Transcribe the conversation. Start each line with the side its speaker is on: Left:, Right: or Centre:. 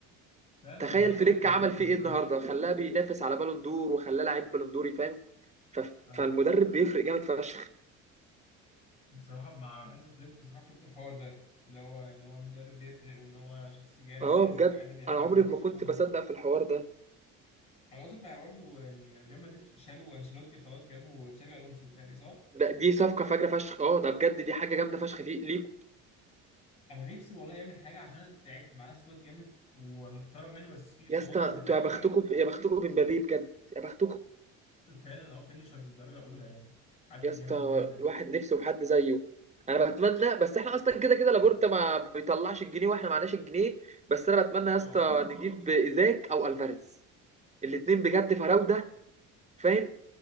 Left: فعلا
Right: تخيل
Left: والله انا
Right: فليك
Left: اصلا بحبه
Right: عمل فيه ايه
Left: جدا
Right: النهارده
Left: فليك
Right: خلاه بينافس على بالون دور وخلاه لعيب بالون دوري فاهم ف-
Left: اه
Right: فالمدرب بيفرق جامد فشخ
Left: بصراحه مع هانز فليك بصراحه شفت الحوار ده اللي هو ان هو المدرب بيفرق وان هو شخص جامد
Right: اه
Left: يعني
Right: بجد
Left: وقادر يحول
Right: انا عمري
Left: برشلونه
Right: ما كنت بصدق في الحوار ده
Left: انا اصلا بقى برضه يعني ريال مدريد شالوا انشيلوتي خلاص جابوا تشابي الونسو تاني صح
Right: ده دي صفقه فجره فشخ اه ده بجد دي حاجه جامده فشخ فيه ليكوا
Left: انا نفسي والله يعمل حاجه عشان انا تعبت معانا سكواد جامد ومحترم يعني بس في اصابات
Right: يا اسطى
Left: في الدفاع
Right: بس انتوا يا
Left: وكده
Right: بختكم يا بختكم بمبابي بجد يا بختكم
Left: فعلا اه فينيشر درجه اولى يعني حد
Right: يا اسطى
Left: جامد جدا
Right: الواحد نفسه في حد زيه انا بتمنى بس احنا اصلا كده كده لابورتا ما بيطلعش الجنيه واحنا معناش الجنيه بس انا بتمنى
Left: اه
Right: يا اسطى نجيب ايزاك او الفاريز الاتنين بجد فراوده فاهم